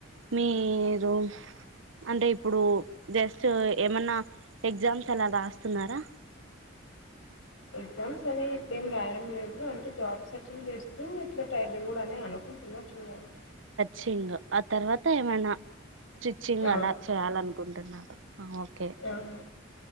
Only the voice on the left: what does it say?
ఎగ్జామ్స్ అనే ఇప్పుడేం రాయడం లేదు అంటే జాబ్స్ అటెండ్ చేస్తూ ఇట్లా ట్రై నింగుడ అనే అనుకుంటున్నా చూడాలి
ఆ!
ఆ!